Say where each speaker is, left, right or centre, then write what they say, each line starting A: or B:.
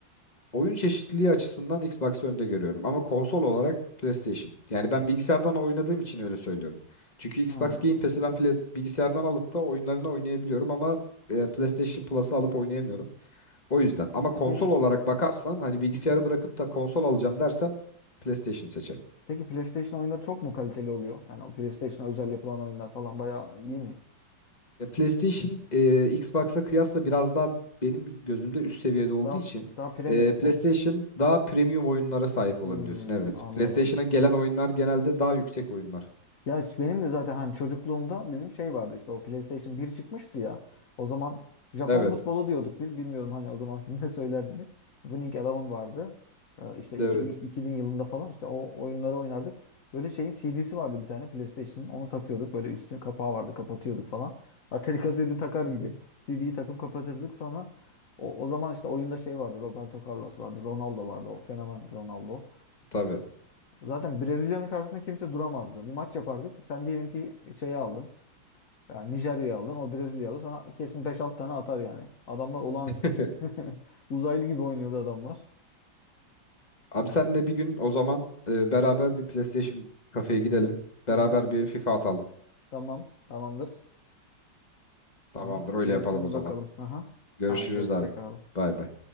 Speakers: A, on the left; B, on the left.
A: oyun çeşitliliği açısından Xbox'ı önde görüyorum. Ama konsol olarak PlayStation. Yani ben bilgisayardan oynadığım için öyle söylüyorum. Çünkü Xbox
B: Hı.
A: Game Pass'i ben pla- bilgisayardan alıp da oyunlarını oynayabiliyorum ama e, PlayStation Plus'ı alıp oynayamıyorum. O yüzden. Ama
B: Peki.
A: konsol olarak bakarsan hani bilgisayarı
B: Hı hı.
A: bırakıp da konsol alacağım dersen PlayStation seçerim.
B: Peki PlayStation oyunları çok mu kaliteli oluyor? Yani o PlayStation'a özel yapılan oyunlar falan bayağı iyi mi?
A: Ya PlayStation e, Xbox'a kıyasla biraz daha benim gözümde üst seviyede olduğu
B: Daha
A: için
B: daha premium
A: e, PlayStation
B: mu?
A: daha premium oyunlara sahip olabiliyorsun.
B: Hmm,
A: Evet.
B: anladım.
A: PlayStation'a gelen oyunlar genelde daha yüksek oyunlar.
B: Ya benim de zaten hani çocukluğumda bizim şey vardı işte o PlayStation bir çıkmıştı ya. O zaman Japon
A: Evet.
B: futbolu diyorduk biz. Bilmiyorum hani o zaman siz ne söylerdiniz. Winning Eleven vardı. Ee, işte
A: Evet.
B: 2000, 2000 yılında falan işte o oyunları oynardık. Böyle şeyin CD'si vardı bir tane PlayStation'ın. Onu takıyorduk. Böyle üstüne kapağı vardı. Kapatıyorduk falan. Atari kaseti takar
A: Hı
B: gibi.
A: hı.
B: CD'yi takıp kapatırdık sonra o, o zaman işte oyunda şey vardı. Roberto Carlos vardı. Ronaldo vardı. O fenomen Ronaldo.
A: Tabii.
B: Zaten Brezilya'nın karşısında kimse duramazdı. Bir maç yapardık. Sen diyelim ki şeyi aldın. Yani Nijerya'yı aldın. O Brezilya'yı aldı. Sana kesin beş 6 tane atar yani. Adamlar olağanüstü
A: <laughs>
B: çünkü. <laughs> Uzaylı gibi oynuyordu adamlar.
A: Abi
B: Yani.
A: senle bir gün o zaman e, beraber bir PlayStation kafeye gidelim.
B: Aha.
A: Beraber bir FIFA atalım.
B: Tamam. Tamamdır.
A: Tamamdır
B: Tamam.
A: öyle
B: Görüşürüz
A: yapalım o zaman.
B: bakalım. Aha.
A: Görüşürüz
B: Haydi hoşça
A: abi.
B: kal.
A: Bay bay.